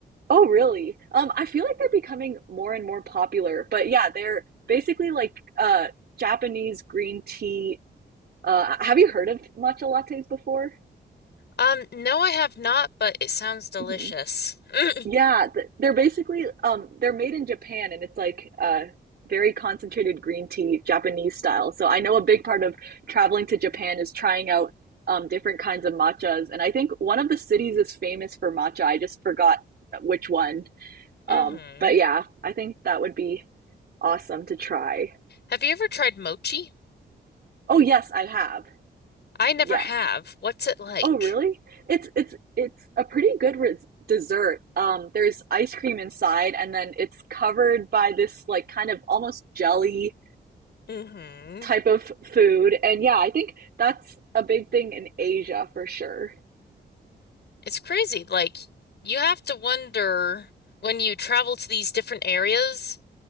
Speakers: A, on the right (about 60°); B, on the left (about 65°).
A: oh, really? Um, I feel like they're becoming more and more popular. But yeah, they're basically like uh, Japanese green tea Uh, have you heard of matcha lattes before?
B: Um, no, I have not, but it sounds delicious.
A: hmm
B: <laughs>
A: Yeah, th- they're basically um they're made in Japan and it's like uh very concentrated green tea, Japanese style. So I know a big part of traveling to Japan is trying out um different kinds of matchas and I think one of the cities is famous for matcha. I just forgot which one.
B: Mm-hmm.
A: Um but yeah, I think that would be awesome to try.
B: Have you ever tried mochi?
A: Oh yes, I have.
B: I never
A: Yes.
B: have. What's it like?
A: Oh, really? It's it's it's a pretty good res dessert. Um, there's ice cream inside, and then it's covered by this like kind of almost jelly
B: Mm-hmm.
A: type of food. And yeah, I think that's a big thing in Asia for sure.
B: It's crazy. Like, you have to wonder when you travel to these different areas